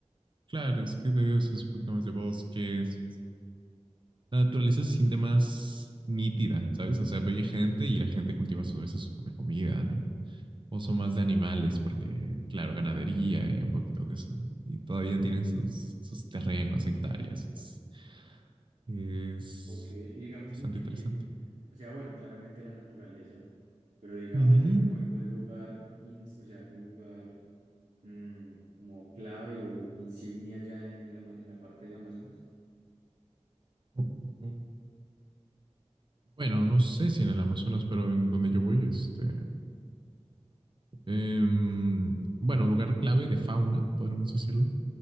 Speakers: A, on the right (about 45°); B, on the right (about 85°).
A: Claro, es que te digo, sí es un poquito más de bosques. La naturaleza se siente más nítida, ¿sabes? O sea, ve gente y la gente cultiva sus- a veces su propia comida, ¿no? O son más de animales, porque, claro, ganadería y un poquito de eso. ¿no? Y todavía tienen sus, sus terrenos, hectáreas. Es, es
B: Ok, y digamos
A: bastante
B: como que,
A: interesante.
B: que, o sea, bueno, claramente la naturaleza, pero digamos
A: Ujú.
B: hay como algún lugar, ins- o sea, algún lugar mm, como clave o insignia ya en el ama- en la parte del Amazonas.
A: O- o- o- Bueno, no sé si en el Amazonas, pero en donde yo voy, este, em, bueno, lugar clave de fauna, podríamos decirlo,